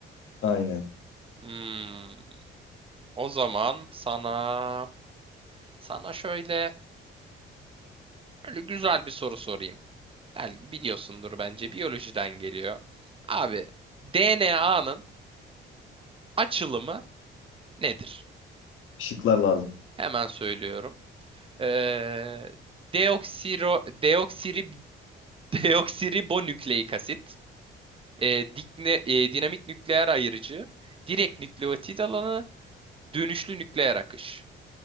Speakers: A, on the left (about 85°); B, on the right (about 25°).
A: Aynen.
B: Hmm, o zaman sana sana şöyle böyle güzel bir soru sorayım. Belki biliyorsundur bence biyolojiden geliyor. Abi DNA'nın açılımı nedir?
A: Şıklar lazım.
B: Hemen söylüyorum. Ee, deoksiro, deoksiri, <laughs> deoksiribonükleik asit. e, dikne, e, dinamik nükleer ayırıcı, direkt nükleotit alanı, dönüşlü nükleer akış.